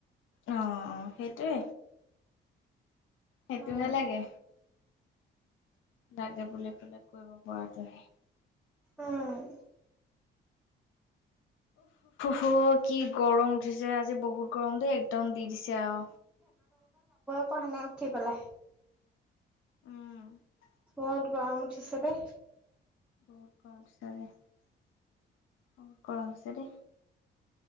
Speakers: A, on the left (about 80°); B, in the centre.
A: অ অ সেইটোৱে সেইটো
B: উম
A: নালাগে দাক গে বুলি পেলাই কৰিব পৰাটোহি
B: আহ
A: থ কি গৰম উঠিছে আজি বহুত গৰম দেই একদম দি দিছে আহ
B: পাহ নাই উঠি পেলাই
A: উম
B: মত গ আমঠিছে দে
A: বত কংছোৰে বত কংছেৰে